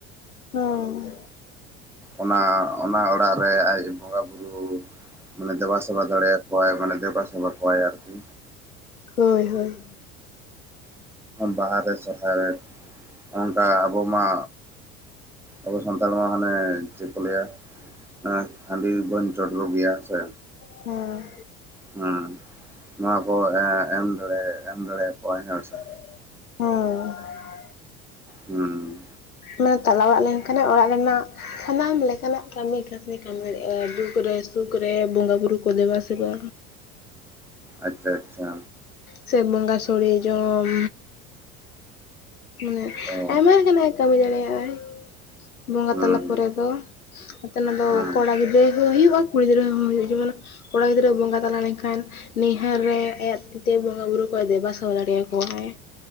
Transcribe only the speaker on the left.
ᱦᱚᱭ᱾
ᱦᱳᱭ ᱦᱳᱭ᱾
ᱦᱮᱸ᱾
ᱦᱮᱸ᱾
ᱚᱱᱟ ᱛᱟᱞᱟ ᱚᱲᱟᱜ ᱞᱮᱱᱠᱷᱟᱱᱮ ᱚᱲᱟᱜ ᱨᱮᱱᱟᱜ ᱥᱟᱱᱟᱢ ᱞᱮᱠᱟᱱᱟᱜ ᱠᱟᱹᱢᱤ ᱠᱟᱹᱥᱱᱤ ᱠᱟᱹᱢᱤ ᱦᱩᱭᱩᱜ-ᱟ, ᱫᱩᱠ ᱨᱮ ᱥᱩᱠ ᱨᱮ ᱵᱚᱸᱜᱟ ᱵᱩᱨᱩ ᱠᱚ ᱫᱮᱵᱟ ᱥᱮᱵᱟ᱾
ᱥᱮ ᱵᱚᱸᱜᱟ ᱥᱚᱲᱮ ᱡᱚᱢ᱾ ᱢᱟᱱᱮ
ᱟᱭᱢᱟ ᱞᱮᱠᱟᱱᱟᱜ ᱮ ᱠᱟᱹᱢᱤ ᱫᱟᱲᱮᱭᱟᱜᱼᱟᱭ᱾ ᱵᱚᱸᱜᱟ
ᱛᱟᱞᱟ ᱯᱚᱨᱮ ᱫᱚ <unintelligible> ᱫᱚ
ᱠᱚᱲᱟ ᱜᱤᱫᱽᱨᱟᱹ ᱦᱚᱸ ᱦᱩᱭᱩᱜᱼᱟ ᱠᱩᱲᱤ ᱜᱤᱫᱽᱨᱟᱹ ᱦᱚᱸ ᱦᱩᱭᱩᱜᱼᱟ, ᱡᱮᱢᱚᱱ ᱠᱚᱲᱟ ᱜᱤᱫᱽᱨᱟᱹ ᱵᱚᱸᱜᱟ ᱛᱟᱞᱟ ᱞᱮᱱᱠᱷᱟᱱ ᱱᱤᱦᱟᱹᱨ ᱨᱮ ᱟᱭᱟᱜ ᱛᱤᱛᱮ ᱵᱚᱸᱜᱟ ᱵᱩᱨᱩ ᱠᱚᱭ ᱫᱮᱵᱟ ᱥᱮᱵᱟ ᱫᱟᱲᱮᱭᱟ ᱠᱚᱣᱟᱭ᱾